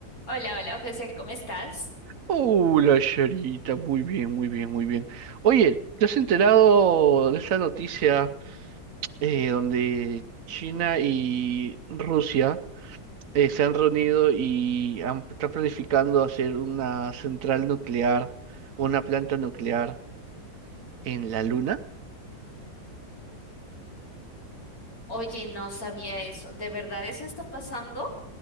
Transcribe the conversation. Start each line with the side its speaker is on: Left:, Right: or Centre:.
Left: Hola, hola, José, ¿cómo estás?
Right: Hola, Charita, muy bien, muy bien, muy bien. Oye, ¿te has enterado de esa noticia eh, donde China y Rusia eh, se han reunido y han, están planificando hacer una central nuclear, una planta nuclear en la Luna?
Left: Oye, no sabía eso. ¿De verdad eso está pasando?